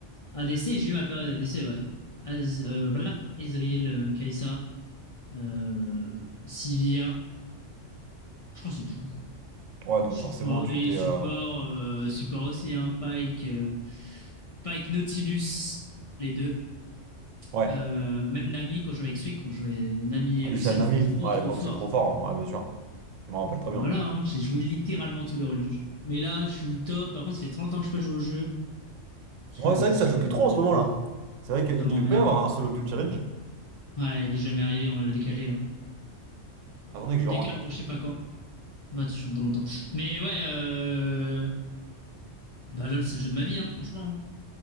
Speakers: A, on the left; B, on the right.
A: ADC, j'ai eu ma période ADC, ouais. Az, euh, blablabla, Ezreal, Kaisa euh, Sivir, je crois que c'est tout.
B: Ouais, donc
A: Support
B: forcément, tu
A: et
B: t'es.
A: support,
B: euh,
A: euh, support aussi, hein, Pike, euh, Pike, Nautilus, les deux.
B: Ouais,
A: Euh, même Nami, quand je jouais avec Swick, quand je jouais Nami
B: Ah,
A: et
B: Lucien
A: Lucian,
B: Nami.
A: c'était trop
B: Ouais, à
A: trop
B: l'époque,
A: fort.
B: c'est trop fort. hein. Ouais, bien sûr. Je m'en rappelle très
A: Et
B: bien.
A: voilà, hein, j'ai joué littéralement tous les rôles du jeu. Mais là, je suis top. Après, ça fait 30 ans que je peux jouer au jeu. Parce que
B: Ouais, c'est
A: juste,
B: vrai que ça
A: ça
B: joue
A: m'emmerde.
B: plus trop en ce moment-là. C'est vrai qu'il
A: Ça m'emmerde.
B: devait pas y avoir un solo queue challenge.
A: Ouais, il est jamais arrivé, on l'a décalé là.
B: Attendez
A: On
B: que
A: le
B: je
A: décale
B: rentre là.
A: pour je sais pas quand. Bah, tu chantes dans longtemps. Mais ouais, euh... bah LOL, c'est le jeu de ma vie, hein, franchement.